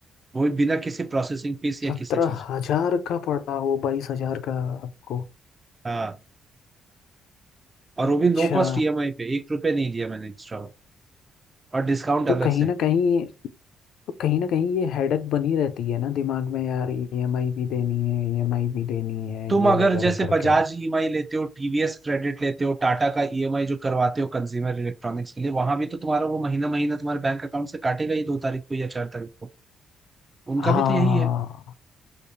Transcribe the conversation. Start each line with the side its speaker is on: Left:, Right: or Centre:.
Right: वो भी बिना किसी प्रोसेसिंग फीस या
Left: सत्रह
Right: किसी चीज
Left: हजार का पड़ा वो बाईस हजार का आपको
Right: हाँ और
Left: अच्छा
Right: वो भी नो कॉस्ट ईएमआई पे एक रुपए नहीं दिया मैंने एक्स्ट्रा और डिस्काउंट
Left: तो
Right: अलग
Left: कहीं
Right: से
Left: ना कहीं तो कहीं ना कहीं ये हेडक बनी रहती है ना दिमाग में यार ईएमआई भी देनी है ईएमआई भी देनी है
Right: तुम
Left: ये
Right: अगर
Left: वगैरह
Right: जैसे
Left: करके
Right: बजाज ईएमआई लेते हो टीवीएस क्रेडिट लेते हो टाटा का ईएमआई जो करवाते हो कंज्यूमर इलेक्ट्रॉनिक्स के लिए वहां भी तो तुम्हारा वो महीना महीना तुम्हारे बैंक अकाउंट से काटेगा ही दो तारीख को या चार तारीख को उनका
Left: हाँ
Right: भी तो यही है